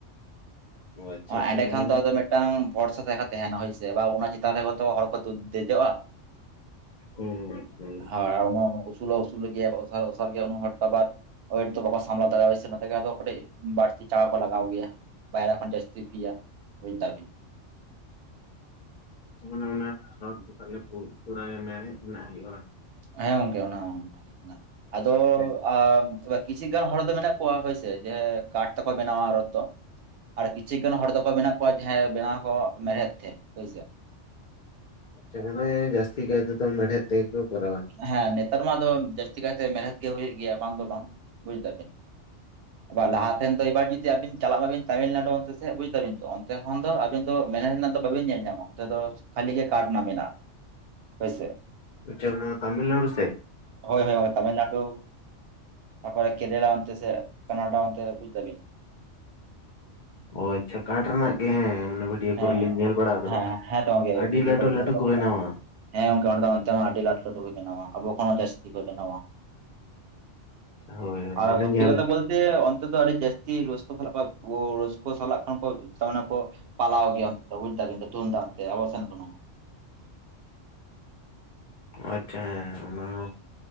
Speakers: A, on the left (about 50°); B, on the right (about 60°).
A: ᱚ ᱟᱪᱪᱷᱟ ᱟᱪᱪᱷᱟ
B: ᱮᱸᱰᱮ
A: ᱢᱟᱱᱮ
B: ᱠᱷᱟᱱ ᱫᱚ ᱟᱫᱚ ᱢᱤᱫᱴᱟᱝ ᱵᱷᱳᱨᱥ-ᱟ ᱛᱟᱦᱮ ᱠᱷᱟᱡ ᱛᱟᱦᱮ-ᱱᱟ ᱦᱳᱭᱥᱮ <unintelligible> ᱫᱟᱨᱮ <unintelligible> ᱦᱚᱲ ᱠᱚ ᱫᱮᱡᱚᱜᱼᱟ
A: ᱦᱩᱸ ᱦᱩᱸ
B: <unintelligible> ᱩᱥᱩᱞ ᱦᱚ ᱩᱥᱩᱞ ᱜᱮᱭᱟ ᱩᱥᱚᱨ ᱦᱚ ᱩᱥᱟᱹᱨᱟ ᱩᱱᱟᱹᱜ <unintelligible> ᱣᱮᱴ ᱫᱚ ᱵᱟᱝᱠᱩ ᱥᱟᱢᱵᱲᱟᱣ ᱫᱚᱨᱤᱣᱟᱭᱟ ᱥᱮ ᱩᱱᱟᱛᱤᱜᱤ ᱟᱫᱚ ᱠᱟᱴᱤᱡ ᱵᱟᱲᱛᱤ ᱪᱟᱠᱟ ᱠᱩ ᱞᱟᱜᱟᱣ ᱜᱤᱭᱟ ᱵᱟᱭᱨᱟ ᱠᱷᱚᱱ ᱡᱟᱹᱥᱛᱤ ᱯᱤᱭᱟ ᱵᱩᱡᱽᱫᱟᱵᱤᱱ᱾
A: ᱟᱪᱽᱪᱷᱟ ᱢᱟᱱᱮ ᱚᱱᱟ ᱨᱚᱛ ᱫᱚ ᱛᱟᱦᱞᱮ ᱯᱩᱜ-ᱯᱩᱨᱟᱹ ᱢᱮᱬᱦᱮᱫ ᱨᱮᱱᱟᱜ ᱦᱩᱭᱩᱜᱼᱟ ᱵᱟᱝ?
B: ᱦᱮᱸ ᱜᱚᱝᱠᱮ ᱚᱱᱟ ᱦᱚᱸ ᱟᱫᱚ
A: ᱥᱮ?
B: ᱟ <unintelligible> ᱠᱤᱪᱷᱩ ᱜᱟᱱ ᱦᱚᱲ ᱫᱚ ᱢᱮᱱᱟᱜ ᱠᱚᱣᱟ ᱦᱳᱭᱥᱮ ᱡᱮ ᱠᱟᱴ ᱛᱮᱠᱚ ᱵᱮᱱᱟᱣᱟ ᱨᱚᱛ ᱫᱚ ᱟᱨ ᱠᱤᱪᱷᱤᱠ ᱜᱟᱱ ᱦᱚᱲ ᱫᱚᱠᱚ ᱢᱮᱱᱟᱜ ᱠᱚᱭᱟ ᱡᱟᱦᱟᱸᱭ ᱵᱮᱱᱟᱣᱟ ᱠᱚ ᱢᱮᱲᱦᱮᱫ ᱛᱮ ᱦᱳᱭᱥᱮ᱾
A: <unintelligible> ᱡᱟᱹᱥᱛᱤ ᱠᱟᱭ ᱛᱮ ᱫᱚ ᱢᱮᱲᱦᱮᱫ ᱛᱮᱜᱮ ᱠᱚ ᱠᱚᱨᱟᱣᱟ
B: ᱦᱮᱸ ᱱᱮᱛᱟᱨ ᱢᱟ ᱟᱫᱚ ᱡᱟᱹᱥᱛᱤ ᱠᱟᱭᱛᱮ ᱢᱮᱲᱦᱮᱫ ᱜᱮ ᱦᱩᱭᱩᱜ ᱜᱮᱭᱟ ᱵᱟᱝ ᱫᱚ ᱵᱟᱝ ᱵᱩᱡᱽ ᱫᱟᱵᱤᱱ ᱵᱟ ᱞᱟᱦᱟ ᱛᱮᱱ ᱛᱚ ᱮᱵᱟᱨ ᱡᱩᱫᱤ ᱟᱵᱤᱱ ᱪᱟᱞᱟᱜ ᱢᱟᱵᱤᱱ ᱛᱟᱢᱤᱞᱱᱟᱲᱩ ᱚᱱᱛᱮ ᱥᱮᱫ ᱵᱩᱡᱽ ᱫᱟᱵᱤᱱ ᱛᱚ ᱚᱱᱛᱮ ᱠᱷᱚᱱ ᱫᱚ ᱟ <unintelligible> ᱟᱵᱮᱱ ᱫᱚ ᱢᱮᱨᱦᱮᱫ ᱨᱮᱱᱟᱜ ᱫᱚ ᱵᱟᱵᱤᱱ ᱧᱮᱞ ᱧᱟᱢᱟ ᱚᱱᱛᱮ ᱫᱚ ᱠᱷᱟᱞᱤ ᱜᱮ ᱠᱟᱴ ᱨᱮᱱᱟᱜ ᱢᱮᱱᱟᱜ ᱼᱟ ᱦᱳᱭᱥᱮ
A: ᱟᱪᱷᱟ ᱚᱱᱟ ᱫᱚ ᱛᱟᱢᱤᱞᱱᱟᱲᱩ ᱥᱮᱡ
B: ᱦᱳᱭ ᱦᱳᱭ ᱛᱟᱢᱤᱞᱱᱟᱰᱩ ᱛᱟᱯᱚᱨᱮ ᱠᱮᱫᱮᱞᱟ ᱚᱱᱛᱮ ᱥᱮᱜ ᱠᱟᱱᱟᱰᱟ ᱚᱱᱛᱮ ᱵᱩᱡᱽ ᱫᱟᱵᱤᱱ
A: ᱚ ᱟᱪᱪᱷᱟ ᱠᱟᱴ ᱨᱮᱱᱟᱜ ᱜᱮ ᱦᱮ <unintelligible> ᱳᱰᱤᱭᱳ
B: ᱦᱮᱸ
A: ᱠᱚᱨᱮ ᱞᱤᱧ ᱧᱮᱞ ᱵᱟᱲᱟ ᱠᱟᱫᱟ
B: ᱦᱮᱸ ᱦᱮᱸ ᱛᱚ ᱜᱚᱝᱠᱮ
A: ᱟᱹᱰᱤ
B: ᱵᱷᱤᱰᱭᱳ
A: ᱞᱟᱹᱴᱩ
B: ᱠᱚᱨᱮ ᱧᱮᱞ
A: ᱞᱟᱹᱴᱩ
B: ᱵᱟᱲᱟ
A: ᱠᱚ
B: ᱦᱩᱭ
A: ᱵᱮᱱᱟᱣᱟ
B: ᱠᱟᱱᱟ ᱦᱮᱸ ᱜᱚᱝᱠᱮ ᱚᱸᱰᱮ ᱫᱚ ᱚᱱᱛᱮ ᱢᱟ ᱟᱹᱰᱤ ᱞᱟᱹᱴᱩ ᱞᱟᱹᱴᱩ ᱜᱮ ᱵᱮᱱᱟᱣᱟ ᱟᱵᱚ ᱠᱷᱚᱱ ᱦᱚᱸ ᱡᱟᱹᱥᱛᱤ ᱠᱚ ᱵᱮᱱᱟᱣᱟ
A: ᱦᱳᱭ ᱦᱳᱭ
B: ᱟᱨ
A: ᱢᱟᱱᱮ
B: ᱥᱚᱛᱛᱤ
A: ᱧᱮᱞ
B: ᱠᱚᱛᱷᱟ ᱵᱚᱞ ᱛᱮ ᱚᱱᱛᱮ ᱫᱚ ᱟᱹᱰᱤ ᱡᱟᱹᱥᱛᱤ ᱨᱟᱹᱥᱠᱟᱹ ᱥᱟᱞᱟᱜ ᱨᱤᱥᱠᱟᱳ ᱥᱟᱞᱟᱜ ᱠᱷᱚᱱ ᱠᱚ ᱫᱟᱱ ᱟᱠᱚ ᱯᱟᱞᱟᱣ ᱜᱮᱭᱟᱠᱚ ᱵᱩᱡ ᱫᱟᱲᱮ ᱛᱩᱢᱫᱟᱜ ᱛᱮ ᱟᱵᱚ ᱥᱮᱱ ᱫᱚ ᱱᱚᱝ
A: ᱟᱪᱪᱷᱟ ᱦᱮᱸᱻ ᱚᱱᱟ ᱦᱚᱸ